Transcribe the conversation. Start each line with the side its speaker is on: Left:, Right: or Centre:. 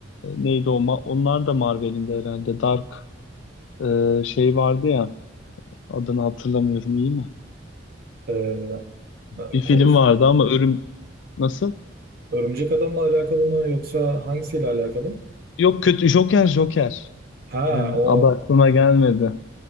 Left: neydi o? Ma- Onlar da Marvel'in de herhalde. Dark e, şey vardı ya. Adını hatırlamıyorum iyi mi?
Right: <laughs> Ee,
Left: Bir
Right: konu
Left: film vardı ama örüm... Nasıl?
Right: Örümcek Adam'la alakalı mı yoksa hangisiyle alakalı?
Left: Yok kötü. Joker, Joker.
Right: Ha
Left: E,
Right: o
Left: adı aklıma gelmedi.